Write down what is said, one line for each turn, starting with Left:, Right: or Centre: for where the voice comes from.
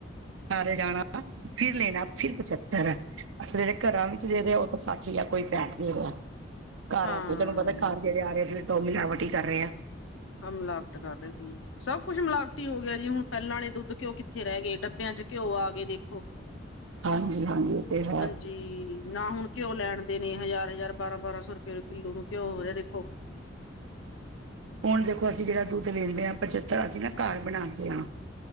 Right: ਨਾਲੇ ਜਾਣਾ ਫਿਰ ਲੈਣਾ ਫਿਰ ਪ ਅੱਛਾ ਜਿਹੜੇ ਘਰਾਂ ਵਿੱਚ ਦੇ ਰਹੇ ਆ ਉਹ ਤਾਂ ਸੱਠ ਹੀ ਆ ਕੋਈ ਪੈਂਹਠ ਨਹੀਂ ਹੈਗਾ। ਘਰ
Left: ਹਾਂ
Right: ਆ ਕੇ ਤੁਹਾਨੂੰ ਪਤਾ ਘਰ ਜਿਹੜੇ ਆ ਰਹੇ ਫਿਰ ਤਾਂ ਉਹ ਮਿਲਾਵਟੀ ਕਰ ਰਹੇ ਆ।
Left: ਸਬ ਮਲਾਵਟ ਕਰ ਰਹੇ ਨੇ। ਸਭ ਕੁੱਛ ਮਿਲਾਵਟੀ ਹੋ ਗਿਆ ਜੀ ਹੁਣ ਪਹਿਲਾਂ ਵਾਲੇ ਦੁੱਧ ਘਿਓ ਕਿੱਥੇ ਰਹਿ ਗਏ ਡੱਬਿਆਂ ਚ ਘਿਓ ਆ ਗਏ ਦੇਖੋ।
Right: ਹਾਂਜੀ- ਹਾਂਜੀ ਫਿਰ ਹੈ।
Left: ਜੀ ਨਾ ਹੁਣ ਘਿਓ ਲੈਣ ਦੇ ਨੇ ਹਜ਼ਾਰ -ਹਜ਼ਾਰ, ਬਾਰਾਂ- ਬਾਰਾਂ ਸੌ ਰੁਪਏ ਕਿੱਲੋ ਨੂੰ ਘਿਓ ਹੋ ਰਿਹਾ ਦੇਖੋ।
Right: ਹੁਣ ਦੇਖੋ, ਅਸੀਂ ਜਿਹੜਾ ਦੁੱਧ ਲੈਂਦੇ ਹਾਂ ਪਚੱਤਰ ਅਸੀਂ ਨਾ ਘਰ ਬਣਾ ਕੇ ਹਾਂ।